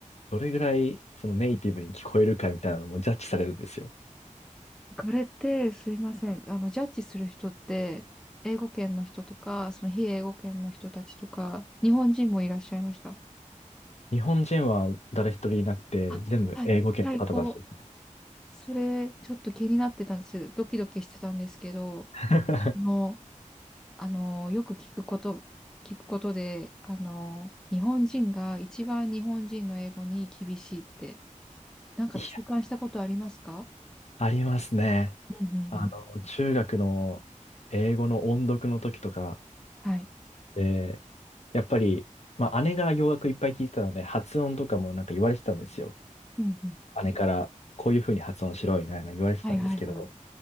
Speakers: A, on the left; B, in the centre.
A: どれぐらいそのネイティブに聞こえるかみたいなのもジャッジされるんですよ。
B: これってすいません。あの、ジャッジする人って、英語圏の人とか、その非英語圏の人たちとか、日本人もいらっしゃいました。
A: 日本人は誰一人いなくて、
B: あ、
A: 全部英語圏の方たちですね。
B: はい、最高。それ、ちょっと気になってたんです。ドキドキしてたんですけど、
A: <laughs>
B: もう、あの、よく聞くこと、聞くことで、あの、日本人が一番日本人の英語に厳しいって、なんか痛感したことありますか
A: いや、ありますね。
B: うんうんうん。
A: あの、中学の英語の音読の時とか
B: はい。
A: で、やっぱり、まあ、姉が洋楽いっぱい聞いてたので、発音とかもなんか言われてたんですよ。
B: うんうん。
A: 姉から、こういうふうに発音しろみたいなの言われてたんですけど、
B: はいはいはい。